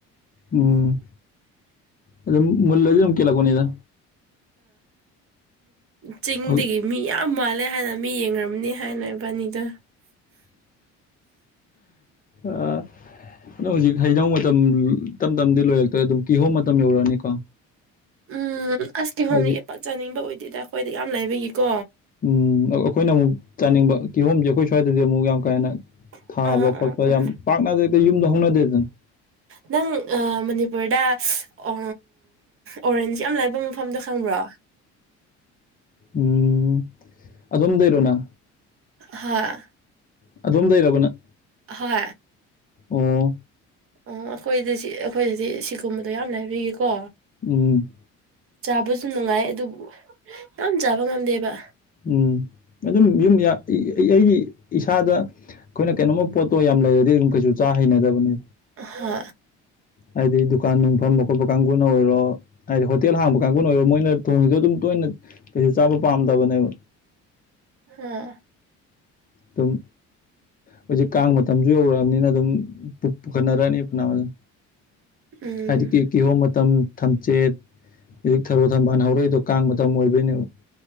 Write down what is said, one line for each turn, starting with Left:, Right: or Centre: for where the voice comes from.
Left: ꯎꯝ ꯑꯗꯨ ꯃꯜ ꯀꯂ ꯀꯅꯤꯗ
Right: ꯆꯤꯡꯗꯒꯤ
Left: ꯍꯧ
Right: ꯃꯤ ꯌꯥꯝ ꯌꯥꯝ ꯃꯥꯜꯂꯦ ꯍꯥꯏꯅ ꯃꯤ ꯌꯦꯡꯅꯔꯕꯅꯤ ꯍꯥꯏꯅ ꯕꯥꯅꯤꯗ
Left: ꯑ ꯑ ꯍꯧꯖꯤꯛ ꯍꯩꯅꯧ ꯃꯇꯝ ꯇꯝ ꯇꯝꯗꯤ ꯂꯣꯏꯔꯛꯇ꯭ꯔꯦ ꯑꯗꯨꯝ ꯀꯤꯍꯣꯝ ꯃꯇꯝ ꯌꯧꯔꯛꯑꯅꯤꯀꯣ
Right: ꯎꯝ ꯑꯁ ꯀꯤ
Left: ꯍꯥꯏꯗꯤ
Right: ꯍꯣꯝꯅꯤ ꯄꯥꯛ ꯆꯥꯅꯤꯡꯕ ꯑꯣꯏꯗꯦꯗ ꯑꯩꯈꯣꯏꯗ ꯌꯥꯝ ꯂꯩꯕꯒꯤꯀꯣ
Left: ꯎꯝ ꯑꯩꯈꯣꯏꯅ ꯑꯃꯨꯛ ꯆꯥꯅꯤꯡꯕ ꯀꯤꯍꯣꯝꯁꯦ ꯑꯩꯈꯣꯏ ꯁ꯭ꯋꯥꯏꯗꯗꯤ ꯑꯃꯨꯛ ꯌꯥꯝ ꯀꯥ ꯍꯦꯟꯅ ꯊꯥꯕ
Right: ꯑꯥ
Left: ꯈꯣꯠꯄ
Right: ꯑꯥ ꯑꯥ
Left: ꯌꯥꯝ ꯄꯥꯛꯅꯗꯦ ꯌꯨꯝꯗ ꯍꯧꯅꯗꯦꯗꯅ
Right: ꯅꯪ ꯑ ꯃꯅꯤꯄꯨꯔꯗ ꯎ ꯑꯣꯔꯦꯟꯖ ꯌꯥꯝ ꯂꯥꯏꯕ ꯃꯐꯝꯗ ꯈꯪꯕ꯭ꯔꯣ
Left: ꯎꯝ ꯑꯣꯝ ꯂꯩꯔꯣꯅꯥ
Right: ꯍꯥꯥ
Left: ꯑꯗꯨꯝ ꯂꯩꯔꯕꯅ
Right: ꯍ
Left: ꯑꯣ
Right: ꯑꯣ ꯑꯩꯈꯣꯏꯗꯗꯤ ꯑꯩꯈꯣꯏꯗꯗꯤ ꯁꯤꯒꯨꯝꯕꯗꯣ ꯌꯥꯝꯅ ꯍꯥꯏꯕꯤꯒꯀꯣ
Left: ꯎꯝ
Right: ꯆꯥꯕꯁꯨ ꯅꯨꯡꯉꯥꯏ ꯑꯗꯨꯕꯨ ꯌꯥꯝ ꯆꯥꯕ ꯉꯝꯗꯦꯕ
Left: ꯎꯝ ꯑꯗꯨꯝ ꯌꯨꯝ ꯑꯩꯒꯤ ꯏꯁꯥꯗ ꯑꯩꯈꯣꯏꯅ ꯀꯩꯅꯣꯝꯃ ꯄꯣꯠꯇꯣ ꯌꯥꯝ ꯂꯩꯔꯗꯤ ꯑꯗꯨꯝ ꯀꯩꯁꯨ ꯆꯥ ꯍꯩꯅꯗꯕꯅꯤ
Right: ꯍꯥ
Left: ꯍꯥꯏꯗꯤ ꯗꯨꯀꯥꯟ ꯅꯨꯡ ꯐꯝꯕ ꯈꯣꯠꯄ ꯀꯥꯡꯕꯨꯅ ꯑꯣꯏꯔꯣ ꯍꯥꯏꯗꯤ ꯍꯣꯇꯦꯜ ꯍꯥꯡꯕ ꯀꯥꯡꯒꯅ ꯑꯣꯏꯔꯣ ꯃꯣꯏꯅ ꯊꯣꯡꯉꯤꯗꯣ ꯑꯗꯨꯝ ꯇꯣꯏꯅ ꯄꯩꯁꯨ ꯆꯥꯕ ꯄꯥꯝꯗꯕꯅꯦꯕ
Right: ꯍꯝ
Left: ꯇꯨꯝ ꯍꯧꯖꯤꯛ ꯀꯥꯡ ꯃꯇꯝꯁꯨ ꯌꯧꯔꯛꯑꯕꯅꯤꯅ ꯑꯗꯨꯝ ꯄꯨꯈꯠꯅꯔꯛꯑꯅꯤ ꯐꯅ ꯐꯅ
Right: ꯎꯝ
Left: ꯍꯥꯏꯗꯤ ꯀ ꯀꯍꯣ ꯃ ꯃꯇꯝ ꯊꯝꯆꯦꯠ ꯍꯧꯖꯤꯛ ꯊꯔꯣ ꯊꯝꯕꯥꯜ ꯍꯧꯔꯛꯏꯗꯣ ꯀꯥꯡ ꯃꯇꯝ ꯑꯣꯏꯕꯣꯏꯅꯦꯕ